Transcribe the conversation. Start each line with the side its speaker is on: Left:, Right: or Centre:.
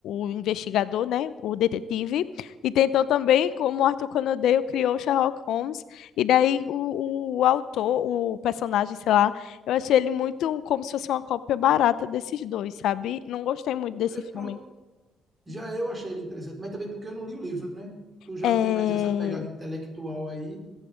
Left: o investigador, né, o detetive, e tentou também como Arthur Conan Doyle criou Sherlock Holmes, e daí o, o autor, o personagem, sei lá, eu achei ele muito como se fosse uma cópia barata desses dois, sabe? Não gostei muito desse
Right: É, Pronto,
Left: filme.
Right: já eu achei ele interessante, mas também porque eu não li o livro, né? Tu já
Left: É,
Right: tem mais essa pegada intelectual aí